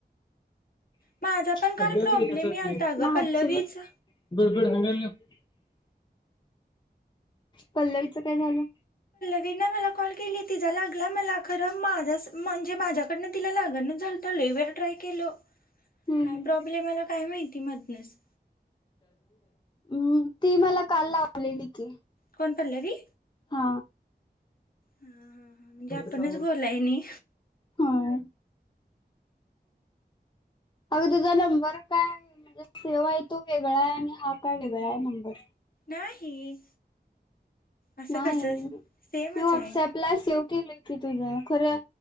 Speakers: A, on the left (about 25°); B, on the left (about 55°).
A: <unintelligible>
B: माझा पण काल प्रॉब्लेम यालता ग पल्लवीच
A: पल्लवीचं काय झालं.
B: वीनं मला कॉल केली तिचा लागला मला खर माझ म्हणजे माझ्याकडन तिला लागण झालता लय वेळा ट्राय केलो
A: हम्म
B: काय
A: हम्म
B: प्रॉब्लेम आला काय माहित की मधनच
A: म् ती मला काल लावलेली की
B: कोण पल्लवी
A: हा
B: हा हा- म्हणजे
A: होत
B: आपणच
A: का
B: बोलाय नि
A: होय अगं तुझा नंबर काय म्हणजे सेव्ह आहे तो वेगळा आहे आणि हा काय वेगळा आहे नंबर
B: नाही असं
A: नाही
B: कसं
A: मी
B: सेमच
A: व्हॉट्सअपला
B: आहे
A: सेव्ह केलय की तुझ खरं